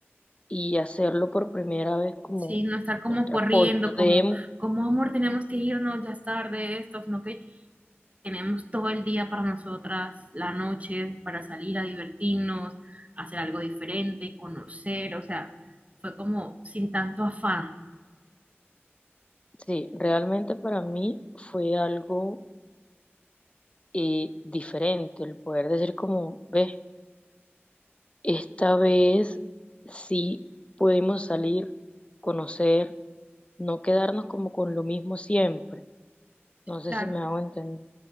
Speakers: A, on the left (about 25°); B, on the right (about 30°).
A: y hacerlo por primera vez como
B: Sí, no estar como
A: nosotras
B: corriendo,
A: podemos.
B: como, como amor, tenemos que irnos, ya es tarde, esto, sino que tenemos todo el día para nosotras, la noche, para salir a divertirnos, hacer algo diferente, conocer, o sea, fue como sin tanto afán.
A: Sí, realmente para mí fue algo eh, diferente el poder decir como, ves, Esta vez sí pudimos salir, conocer, no quedarnos como con lo mismo siempre. No sé
B: Claro.
A: si me hago entender.